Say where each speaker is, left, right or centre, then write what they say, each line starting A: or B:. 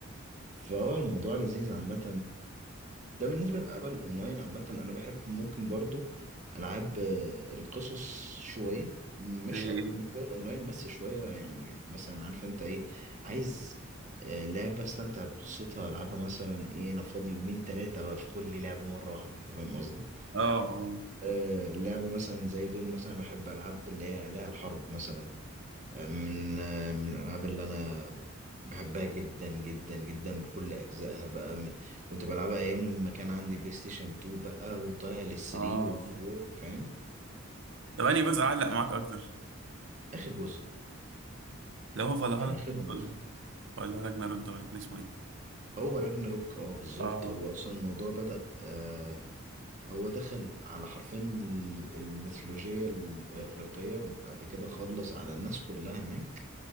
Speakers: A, on the right; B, on the right.
A: فهو الموضوع لذيذ عامة ده بالنسبة للألعاب الأونلاين عامة أنا بحب ممكن برضو ألعاب آه، القصص شوية مش
B: زي ايه
A: أك... مش زي الأونلاين بس شوية يعني مثلا عارف أنت إيه عايز آه، لعبة أستمتع بقصتها ألعبها مثلا إيه أنا فاضي يومين تلاتة بدخل لي لعبة مرة واحدة أنت فاهم قصدي؟
B: اه اه
A: آه، لعبة مثلا زي دول مثلا بحب ألعاب اللي هي لها الحرب مثلا من من الالعاب اللي انا بحبها جدا جدا جدا بكل اجزائها بقى م- كنت بلعبها ايام لما كان عندي بلاي ستيشن 2 بقى وطالع لل3
B: اه
A: و4 فاهم
B: طب انهي جزء علق معاك اكتر؟
A: اخر جزء
B: اللي هو فالهالا
A: اخر جزء
B: ولا ولا راجناروك ده ولا كان اسمه ايه؟
A: هو راجناروك اه بالظبط
B: اه
A: هو اصلا الموضوع بدأ آه هو دخل على حرفين ال- الميثولوجية الإغريقية بعد كده خلص على الناس كلها هناك